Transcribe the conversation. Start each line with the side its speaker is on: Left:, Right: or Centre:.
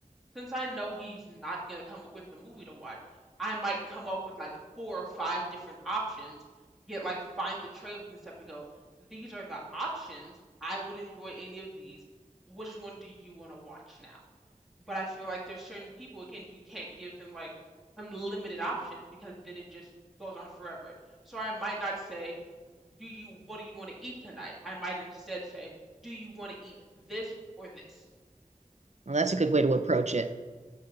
Centre: since I know he's not gonna come up with the movie to watch, I might come up with like four or five different options, get like find the trailers and stuff and go, these are the options. I would enjoy any of these. Which one do you want to watch now? But I feel like there's certain people, again, you can't give them like unlimited options because then it just goes on forever. So I might not say, do you, what do you want to eat tonight? I might instead say, do you want to eat this or this?
Right: Well, that's a good way to approach it.